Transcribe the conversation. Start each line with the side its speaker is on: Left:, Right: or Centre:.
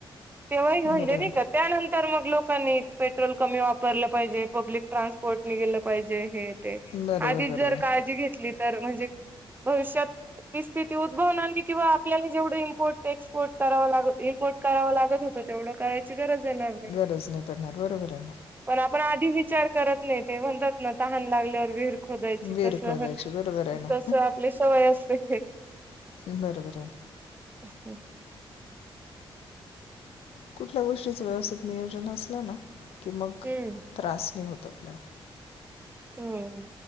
Right: तेव्हाही
Left: समजले
Right: म्हंजे
Left: बरोबर.
Right: नाही त्यानंतर मग लोकांनी पेट्रोल कमी वापरलं पाहिजे पब्लिक ट्रान्सपोर्ट नि गेलं पाहिजे हे ते
Left: बरोबर
Right: आधीच
Left: बरोबर.
Right: जर काळजी घेतली तर म्हणजे भविष्यात. ती स्थिती उद्भवणार किंवा आपल्याला जेवढ इम्पोर्ट एक्सपोर्ट करावा लागत इम्पोर्ट कराव लागत होतं तेवढं करायची गरज येणार नाही.
Left: गरज नाही पडणार पडणार. बरोबर आहे ना
Right: पण आपण आधी विचार करत नाही ते म्हणतात ना तहान लागल्यावर विर खोदायची
Left: विहीर
Right: तस
Left: खोदायची बरोबर आहे ना
Right: तस आपली सवय असते.
Left: बरोबर आहे.
Right: <unintelligible>
Left: कुठल्या गोष्टीचं व्यवस्थित नियोजन असलं ना की मग
Right: हम्म
Left: त्रास नाही होत आपल्याला.
Right: हो.